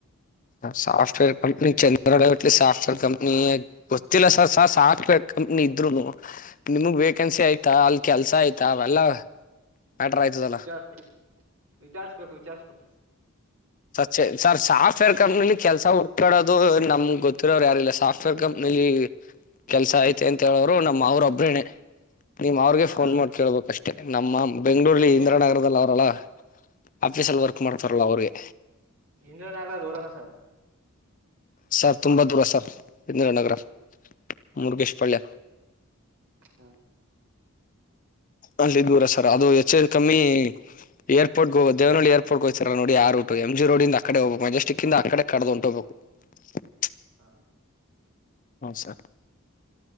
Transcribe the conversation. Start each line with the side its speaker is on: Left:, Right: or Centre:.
Left: ಸಾಫ್ಟವೇರ್ ಕಂಪನಿ ಚಂದ್ರಲೇವಟ್ ಎಲ್ಲಿ ಸಾಫ್ಟವೇರ್ ಕಂಪನಿ ಗೊತ್ತಿಲ್ಲ ಸರ್ ಸ ಸಾಫ್ಟ್ ವೇರ್ ಕಂಪನಿ ಇದ್ರುನು ನಿಮಗ್ ವೇಕೆನ್ಸಿ ಆಯ್ತಾ ಅಲ್ಲಿ ಕೆಲಸ ಆಯ್ತಾ ಅವೆಲ್ಲಾ ಮ್ಯಾಟರ್ ಆಯ್ತದಲ್ಲ
Right: ವಿಚಾರ್ಸ್ಬೇಕ್ ವಿಚಾರಸಬೇಕು ವಿಚಾರಸಬೇಕು
Left: ಸೆ ಸರ್ ಸಾಫ್ಟ್ ವೇರ್ ಕಂಪನಿಯಲ್ಲಿ ಕೆಲಸ ಹುಡುಕೊಳ್ಳೋದು ನಮಗ್ ಗೊತಿರೋರು ಯಾರಿಲ್ಲ ಸರ್ ಸಫ್ ಪ್ ವೇರ್ ಕಂಪನಿಲ್ಲಿ ಕೆಲಸ ಐತೆ ಅಂತ ಹೇಳೋರು ನಮ್ಮ ಮಾವರೊಬರೇನೆ ನೀವ್ ಅವ್ರಿಗೆ
Right: ಯಾರು
Left: ಪೋನ್ ಮಾಡಿ ಕೇಳ್ಬೇಕಷ್ಟೇ ನಮ್ಮ ಬೆಂಗಳೂರಲ್ಲಿ
Right: ಯಾರಿಗೆ
Left: ಇಂದ್ರಾನಗರದಲ್ ಅವ್ರಲ್ಲಾ ಆಫೀಸ್ ಅಲ್ಲಿ ವರ್ಕ್ ಮಾಡ್ತಾರಲ್ಲ ಅವ್ರಿಗೆ.
Right: ಇಂದ್ರನಗರ ದೂರನಾ ಸರ್
Left: ಸರ್ ತುಂಬಾ ದೂರ ಸರ್ ಇಂದಿರಾನಗರ ಮುರುಗೇಶ್ ಪಾಳ್ಯ
Right: ಹಾ
Left: ಅಲ್ಲಿ ದೂರ ಸರ್ ಅದು H M L company airport ಗು ದೇವನಹಳ್ಳಿಗೆ ಏರ್ಪೋಟ್ಗೋಯಿತರಲ್ಲ ನೋಡಿ ಆ ರೂಟ್ ಎಂ ಜಿ ರೋಡಿಂದ ಆಕಡೆ ಒ ಮೆಸ್ಟಿಕಿಂದ ಅಕಡೆ ಕಡ್ದ್ ಹೊಂಟೊಗ್ ಬೇಕ್ <unintelligible>
Right: ಹಾ
Left: ಸರ್